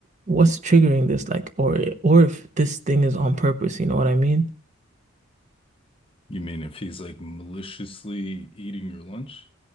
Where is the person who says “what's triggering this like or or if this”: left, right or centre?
Right